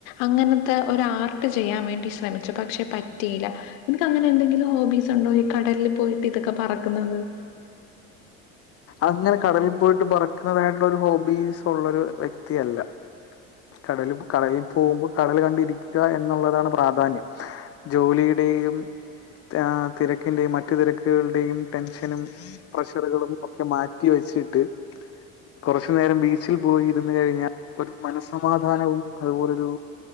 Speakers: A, on the left (about 60°); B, on the left (about 35°).
A: അങ്ങനത്തെ ഒരു ആർട്ട് ചെയ്യാൻ വേണ്ടി ശ്രമിചു പക്ഷെ പറ്റിയില്ല നിനക്ക് അങ്ങനെ എന്തെങ്കിലും ഹോബീസ് ഉണ്ടോ ഈ കടലിൽ പോയിട്ട് ഇതൊക്കെ പറക്കുന്നത്
B: അങ്ങനെ കടലിൽ പോയിട്ട് പറുക്കുന്നതായിട്ടുള്ള ഒരു ഹോബീസ് ഉള്ളോരു വ്യക്തിയല്ല കടല് കടലിൽ പോകുമ്പോ കടല് കണ്ടിരിക്കാ എന്നുള്ളതാണ് പ്രാധാന്യം ജോലിയ്ടെയും ആ തിരക്കിന്റെയും മറ്റു തിരക്കുകള്ടെയും ടെൻഷനും പ്രഷറുകളും ക്കെ മാറ്റി വെച്ചിട്ട് കുറച്ച് നേരം ബീച്ചിൽ പോയി ഇരുന്നു കഴിഞ്ഞാ ഒരു മനസ്സമാധാനവും അതുപോലൊരു